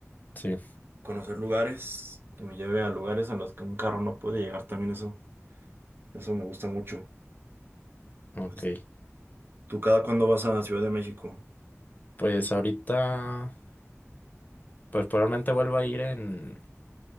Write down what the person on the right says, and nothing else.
conocer lugares, que me lleve a lugares en los que un carro no puede llegar también eso. Eso me gusta mucho.
Pues, ¿tú cada cuándo vas a Ciudad de México?